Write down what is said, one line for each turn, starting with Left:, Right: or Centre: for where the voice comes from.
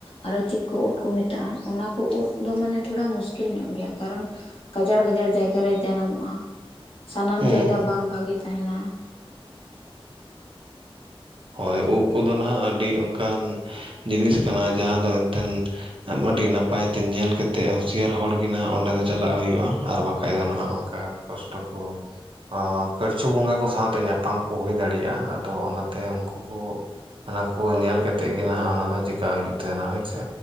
Left: ᱟᱨᱚ ᱪᱮᱫ ᱠᱚ ᱩᱫ ᱠᱚ ᱢᱮᱛᱟᱜ-ᱟ, ᱚᱱᱟ ᱠᱚ ᱩᱫ ᱫᱚ ᱢᱟᱱᱮ ᱛᱷᱚᱲᱟ ᱢᱩᱥᱠᱤᱞ ᱧᱚᱜ ᱜᱮᱭᱟ ᱠᱟᱨᱚᱱ ᱜᱟᱡᱟᱲ ᱜᱟᱡᱟᱲ ᱡᱟᱭᱜᱟ ᱨᱮ ᱡᱟᱱᱟᱢᱚᱜ-ᱟ, ᱥᱟᱱᱟᱢ
Right: ᱦᱩᱸ
Left: ᱡᱟᱭᱜᱟ
Right: ᱦᱩᱸ
Left: ᱵᱟᱝ ᱵᱷᱟᱹᱜᱮ ᱛᱟᱸᱦᱮᱱᱟ᱾
Right: ᱦᱳᱭ ᱩᱵ ᱠᱚᱫᱚ ᱱᱟᱦᱟᱜ ᱟᱹᱰᱤ ᱚᱝᱠᱟᱱ ᱡᱤᱱᱤᱥ ᱠᱟᱱᱟ ᱡᱟᱦᱟᱸ ᱫᱚ ᱮᱱᱛᱮᱱ ᱟᱹᱰᱤ ᱱᱟᱯᱟᱭ ᱛᱮ ᱧᱮᱞ ᱠᱟᱛᱮᱜ ᱦᱩᱸᱥᱭᱟᱹᱨ ᱦᱚᱲ ᱜᱮ ᱱᱟᱦᱟᱜ ᱚᱸᱰᱮ ᱫᱚ ᱪᱟᱞᱟᱜ ᱦᱩᱭᱩᱜ-ᱟ ᱟᱨ ᱵᱟᱠᱷᱟᱡ ᱫᱚ ᱱᱟᱦᱟᱜ ᱚᱝᱠᱟ ᱠᱚᱥᱴᱚ ᱠᱚ, ᱟᱸᱻ ᱠᱟᱹᱲᱪᱩ ᱵᱚᱸᱜᱟ ᱠᱚ ᱥᱟᱶᱛᱮ ᱧᱟᱯᱟᱢ ᱠᱚ ᱦᱩᱭ ᱫᱟᱲᱮᱭᱟᱜ-ᱟ᱾ ᱟᱫᱚ ᱚᱱᱟ ᱛᱮ ᱩᱱᱠᱩ ᱠᱚ ᱚᱱᱟ ᱠᱚ ᱧᱮᱞ ᱠᱟᱛᱮᱫ ᱜᱮ ᱱᱟᱦᱟᱜ ᱚᱱᱟ ᱫᱚ ᱪᱮᱠᱟ ᱦᱩᱭᱩᱜ ᱛᱟᱸᱦᱮᱱᱟ ᱦᱳᱭᱪᱮ᱾